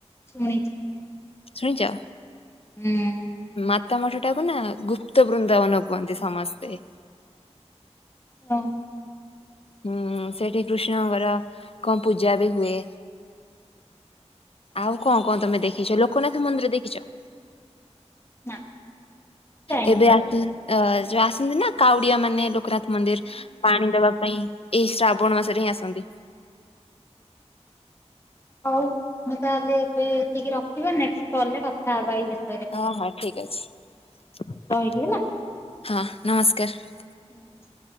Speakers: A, on the left; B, on the left.
A: ଶୁଣିଚି।
B: ଶୁଣିଚ?
A: ଉଁ।
B: ମାତା ମଠ ଟାକୁ ନା ଗୁପ୍ତ ବୃନ୍ଦାବନ କୁହନ୍ତି ସମସ୍ତେ
A: ଓଁ
B: ହୁଁ ସେଇଠି କୃଷ୍ଣଙ୍କର କଁ ପୂଜା ବି ହୁଏ। ଆଉ କଣ କଣ ତମେ ଦେଖିଚ ଲୋକନାଥ ମନ୍ଦିର ଦେଖିଚ?
A: ନା। ଯାଇନି
B: ଏବେ
A: ପା
B: ଆସୁ
A: କହିଲି।
B: ଅ ଯ ଆସନ୍ତି ନା କାଉଡିଆ ମାନେ ଲୋକନାଥ୍ ମନ୍ଦିର୍ ପାଣି ଦବା ପାଇଁ ଏହି ଶ୍ରାବଣ ମାସରେ ହିଁ ଆସନ୍ତି।
A: ହଅଉ ଆମେ ତାହାଲେ ଏବେ ଏତିକି ରଖିବା ନେକ୍ସଟ୍ କଲ୍ ରେ କଥା ହବା ଏଇ ବିଷ୍
B: ହଁ ହଁ ଠିକ ଅଛି
A: ରହିଲି ହେଲା।
B: ହଁ ନମସ୍କାର।
A: ନମସ୍କାର।